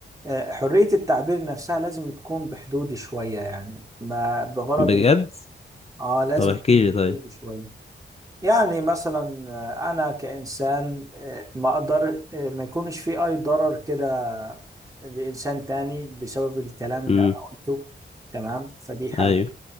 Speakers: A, on the right; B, on the left.
A: آه، حرية التعبير نفسها لازم تكون بحدود شوية يعني ما بغرض
B: بجد
A: إن آه لازم
B: طب احكي
A: تكون
B: لي
A: بحدود
B: طيب
A: شوية يعني مثلا آه، أنا كإنسان آه، ما أقدر آه، ما يكونش في أي ضرر كده لإنسان تاني بسبب الكلام اللي
B: امم
A: أنا قلته تمام فدي حاجة
B: ايوه